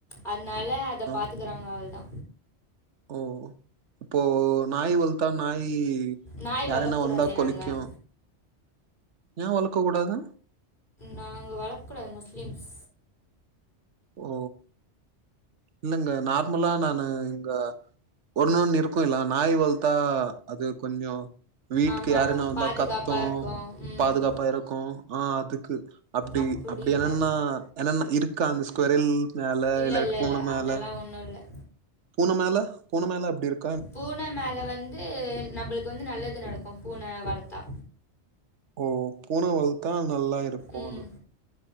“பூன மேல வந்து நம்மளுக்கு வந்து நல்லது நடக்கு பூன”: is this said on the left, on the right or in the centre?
Left